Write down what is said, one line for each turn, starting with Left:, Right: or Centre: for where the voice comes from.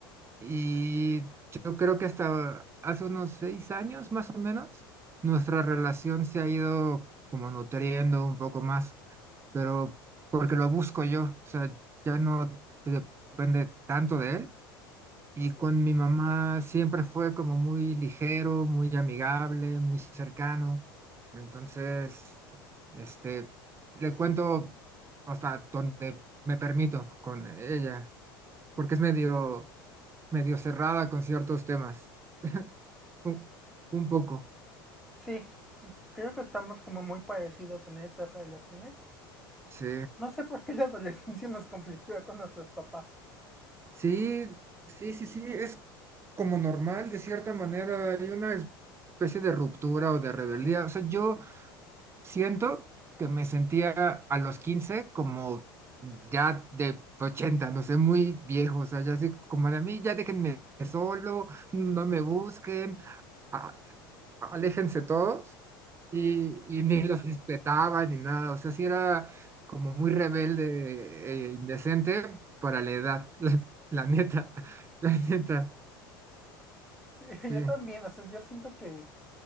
Right: Y yo creo que hasta hace unos seis años más o menos, nuestra relación se ha ido como nutriendo un poco más, pero porque lo busco yo, o sea, ya no de- depende tanto de él. Y
Centre: Sí.
Right: con mi mamá siempre fue como muy ligero, muy amigable, muy cercano. Entonces, este, le cuento hasta donde me permito con ella, porque es medio medio cerrada con ciertos temas. <laughs> Un, un poco.
Centre: Sí, creo que estamos como muy parecidos en esas relaciones.
Right: Sí.
Centre: No sé por qué la adolescencia nos conflictúa con nuestros papás.
Right: Sí, sí, sí, sí. Es como normal, de cierta manera. Hay una especie de ruptura o de rebeldía. O sea, yo siento que me sentía a los 15 como ya de 80, no sé, muy viejo. O sea, ya así como de a mí, ya déjenme solo, no me busquen, a- aléjense todos. y, y ni los respetaba ni nada, o sea, sí era como muy rebelde e indecente para la edad, <laughs> la, la neta, <laughs> la neta,
Centre: Sí, <laughs>
Right: sí,
Centre: yo también, o sea, yo siento que